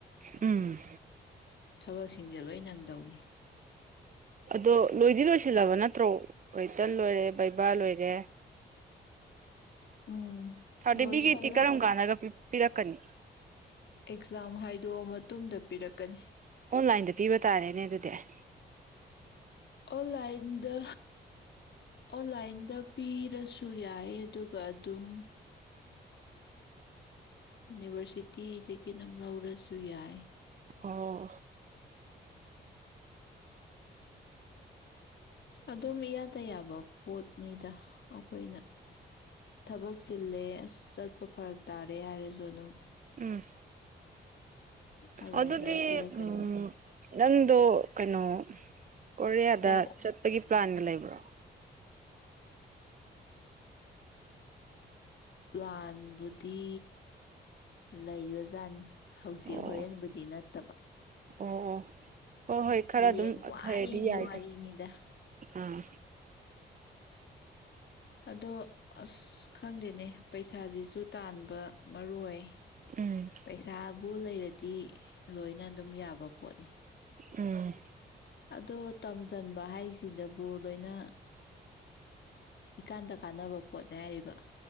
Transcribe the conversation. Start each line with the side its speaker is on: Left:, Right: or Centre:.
Right: ꯎꯝ
Left: ꯊꯕꯛꯁꯤꯡꯁꯦ ꯂꯣꯏꯅꯪꯗꯧꯅꯤ
Right: ꯑꯗꯣ ꯂꯣꯏꯗꯤ ꯂꯣꯏꯁꯤꯜꯂꯕ ꯅꯠꯇ꯭ꯔꯣ ꯔꯤꯇꯟ ꯂꯣꯏꯔꯦ ꯕꯩꯕꯥ ꯂꯣꯏꯔꯦ
Left: ꯎꯝ
Right: ꯁꯥꯔꯇꯤ
Left: ꯂꯣꯏꯁꯜꯂꯦ
Right: ꯐꯤꯀꯦꯠꯇ ꯀꯔꯝ ꯀꯥꯟꯗꯒꯄꯤ ꯄꯤꯔꯛꯀꯅꯤ
Left: ꯑꯦꯛꯖꯥꯝ ꯍꯥꯏꯗꯣꯛꯑ ꯃꯇꯨꯡꯗ ꯄꯤꯔꯛꯀꯅꯤ
Right: ꯑꯣꯟꯂꯥꯏꯟꯗ ꯄꯤꯕ ꯇꯥꯔꯦꯅꯦ ꯑꯗꯨꯗꯤ ꯑꯦ
Left: ꯑꯣꯟꯂꯥꯏꯟꯗ ꯑꯣꯟꯂꯥꯏꯟꯗ ꯄꯤꯔꯁꯨ ꯌꯥꯏ ꯑꯗꯨꯒ ꯑꯗꯨꯝ ꯌꯨꯅꯤꯚꯔꯁꯤꯇꯤꯗꯒꯤ ꯑꯗꯨꯝ ꯂꯧꯔꯁꯨ ꯌꯥꯏ
Right: ꯑꯣ
Left: ꯑꯗꯨꯝ ꯌꯥꯌꯥꯗ ꯌꯥꯕ ꯄꯣꯠꯅꯤꯗ ꯑꯩꯈꯣꯏꯅ ꯊꯕꯛ ꯆꯤꯜꯂꯦ ꯆꯠꯄ ꯐꯔꯛ ꯇꯥꯔꯦ ꯍꯥꯏꯔꯁꯨ ꯑꯗꯨꯝ
Right: ꯎꯝ
Left: ꯑꯣꯟꯂꯥꯏꯟꯗ
Right: ꯑꯗꯨꯗꯤ
Left: ꯄꯤꯔꯛꯀꯅꯤ
Right: ꯎꯝ ꯅꯪꯗꯣ ꯀꯩꯅꯣ ꯀꯣꯔꯤꯌꯥꯗ
Left: ꯑꯣ
Right: ꯆꯠꯄꯒꯤ ꯄ꯭ꯂꯥꯟ ꯂꯩꯕ꯭ꯔꯣ
Left: ꯄ꯭ꯂꯥꯟꯕꯨꯗꯤ ꯂꯩꯕꯖꯥꯠꯅꯤ ꯍꯧꯖꯤꯛ
Right: ꯑꯣ
Left: ꯍꯣꯔꯦꯟꯕꯨꯗꯤ ꯅꯠꯇꯦ ꯇꯕ
Right: ꯑꯣ ꯑꯣ ꯍꯣꯏ ꯍꯣꯏ ꯈꯔ
Left: ꯍꯌꯦꯡ
Right: ꯑꯗꯨꯝ
Left: ꯋꯥꯏꯒꯤ
Right: ꯍꯩꯔꯗꯤ ꯌꯥꯏꯗ
Left: ꯋꯥꯔꯤꯅꯤꯗ
Right: ꯑꯥ
Left: ꯑꯗꯣ ꯑꯁ ꯈꯪꯗꯦꯅꯦ ꯄꯩꯁꯥꯁꯤꯁꯨ ꯇꯥꯟꯕ ꯃꯔꯨ ꯑꯣꯏ
Right: ꯎꯝ
Left: ꯄꯩꯁꯥ ꯕꯨ ꯂꯩꯔꯗꯤ ꯂꯣꯏꯅ ꯑꯗꯨꯝ ꯌꯥꯕ ꯄꯣꯠꯅꯤ
Right: ꯎꯝ
Left: ꯑꯗꯣ ꯇꯝꯁꯤꯟꯕ ꯍꯥꯏꯁꯤꯗꯕꯨ ꯂꯣꯏꯅ ꯏꯀꯥꯟꯗ ꯀꯥꯟꯅꯕ ꯄꯣꯠꯅꯦ ꯍꯥꯏꯔꯤꯕ